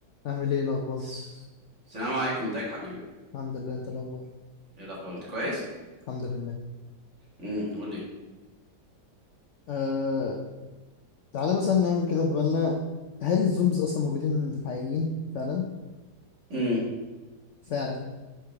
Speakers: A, on the left; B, on the right.
A: أعمل إيه الأخبار؟
B: الس- السلام عليكم ازيك يا حبيبي
A: الحمد لله أنت إيه الأخبار
B: ايه الاخبار انت كويس
A: الحمد لله
B: امم قول لي
A: أه... تعالى مثلا نعمل كده في بالنا هل الزومبيز أصلا موجودين حقيقيين فعلا؟
B: امم
A: فعلا